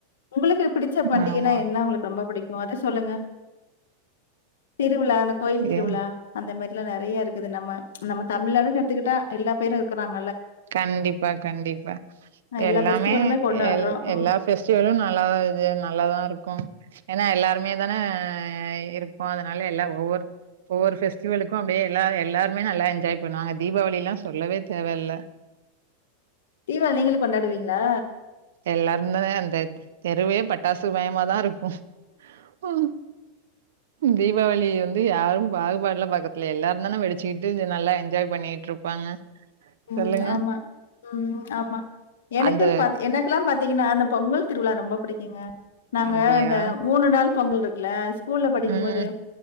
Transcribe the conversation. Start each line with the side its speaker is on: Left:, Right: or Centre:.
Left: உங்களுக்கு பிடிச்ச பண்டிகைனா
Right: ஆமா
Left: என்ன உங்களுக்கு ரொம்ப புடிக்கு அத சொல்லுங்க திரு விழா அந்த கோயில் திருவிழா
Right: ஏ
Left: இந்த மாரி எல்லா நெறைய இருக்குது நம்ம ச் நம்ம தமிழ்நாடுன் எடுத்துக்கிட்டா எல்லா பேரு இருக்கறாங்
Right: கண்டிப்பா கண்டிப்பா
Left: அ எல்லா
Right: எல்லாமே
Left: ஃபெஸ்டிவலுமே கொண்டாடுறோம்.
Right: எ
Left: ம்.
Right: எல்லா ஃபெஸ்டிவலு நல்லா இது நல்லாதா இருக்கு ஏன்னா எல்லாருமே தான இருக்கோ அதனால எல்லா ஒவ்வொருத் ஒவ்வொரு ஃபெஸ்டிவலுக்கு அப்டியே எல்லா எல்லாருமே நல்லா என்ஜாய் பண்ணுவாங்க தீபாவளி எல்லா சொல்லவே தேவல்ல
Left: தீவாளி நீங்களு கொண்டாடுவீங்களா
Right: எல்லாருந்தான அந்த தெருவே பட்டாசு மயமாதா இருக்கு ஓ ஓ தீபாவளி வந்து யாரு பாகுபாடலா பாக்கரத்தில்ல எல்லாரு தான வெடிச்சுட்டு நல்லா என்ஜாய் பண்ணிட்ருப்பாங்க
Left: ம்
Right: சொல்லுங்க
Left: ஆம்மா ம் ஆம்மா எனக்குன்
Right: அந்த
Left: பாத்தீங் எனக்கலா பாத்தீங்கன்னா இந்த பொங்கல் திருவிழா ரொம்ப புடிக்குங்க நாங்க
Right: அப்டியா
Left: அந்த மூணு நாள் பொங்கல்ருக்குல ஸ்கூல்ல படிக்கு
Right: ம்
Left: போது